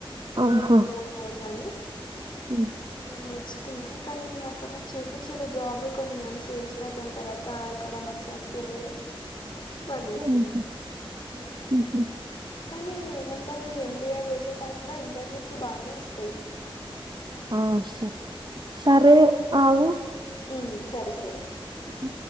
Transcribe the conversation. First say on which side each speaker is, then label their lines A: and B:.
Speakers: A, on the right; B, on the left.
A: ఆహా
B: డిడీ లో కోల్ కానీ
A: ఉమ్.
B: ఇ నేచుకున్నా కానీ అక్కడ చూపించరు జాబ్ కొన్ని మన్స్ చేసిన దాని తర్వాత అంత అక్కడ మంచిగా అనిపియలేదు బంద్ చేసిన
A: ఉహు.
B: అట్లట్లా
A: ఉహు.
B: కానీ ఏమంటారు ఈ ఎంబీఏ చేసే టైమ్ లో ఇంటర్న్షిప్స్ బానే వస్తాయి
A: ఆ ఓస్తాయ్ సారే అగు
B: ఉమ్ సరే సరే
A: అ